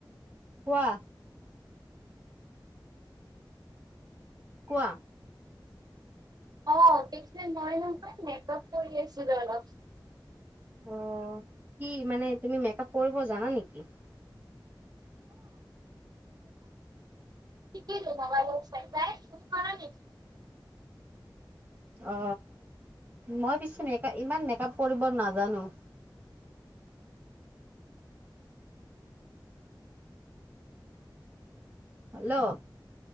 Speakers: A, on the right; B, on the right.
A: কোৱা? কোৱা।
B: মেকআপ কৰি আছিলো অলপ।
A: অ, কি মানে তুমি মেকআপ কৰিব জানা নেকি?
B: শিকিলোঁ মোবাইলত চাই চাই তুমি।
A: অ, মই পিছে মেকা ইমান মেকআপ কৰিব নাজানো। হেল্ল'।